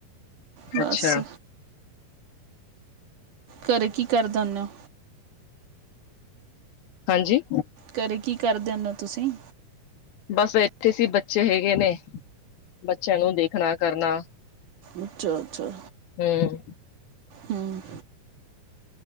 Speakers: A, on the right; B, on the left.
A: ਬਸ
B: ਅੱਛਾ,
A: ਘਰੇ ਕੀ ਕਰਦੇ ਹੁੰਨੇ ਹੋ।
B: ਹਾਂਜੀ।
A: ਘਰੇ ਕੀ ਕਰਦੇ ਹੁੰਦੇ ਤੁਸੀਂ
B: ਬਸ ਇੱਥੇ ਸੀ ਬੱਚੇ ਹੈਗੇ ਨੇ ਬੱਚਿਆਂ ਨੂੰ ਦੇਖਣਾ ਕਰਨਾ।
A: ਅੱਛਾ-ਅੱਛਾ
B: ਹਮ
A: ਹੂੰ